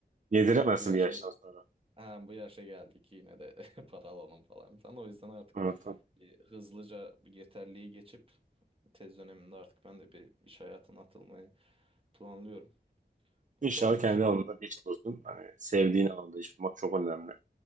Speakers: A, on the right (about 45°); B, on the right (about 30°).
A: yediremezsin
B: Bu yaşa
A: bir yaştan sonra.
B: Ha, bu yaşa geldik yine de <laughs> para alalım falan filan. O yüzden artık
A: Evet. evet.
B: bir hızlıca bir yeterliği geçip tez döneminde artık ben de bir iş hayatına atılmayı planlıyorum.
A: İnşallah
B: Bakalım
A: kendi
B: inşallah.
A: alanında bir iş bulursun. Hani sevdiğin alanda iş bulmak çok önemli.